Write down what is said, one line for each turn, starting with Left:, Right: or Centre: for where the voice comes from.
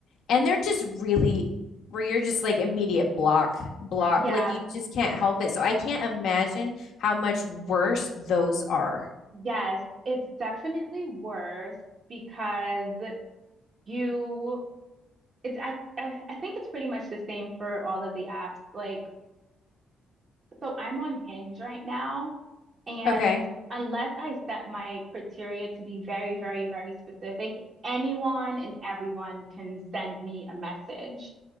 Left: and they're just really where you're just like immediate block block
Right: Yeah.
Left: like you just can't help it so i can't imagine how much worse those are
Right: Yes. It's definitely worse because you it's I, I I think it's pretty much the same for all of the apps. Like So I'm on Hinge right now, and
Left: okay
Right: unless I set my criteria to be very, very, very specific, anyone and everyone can send me a message.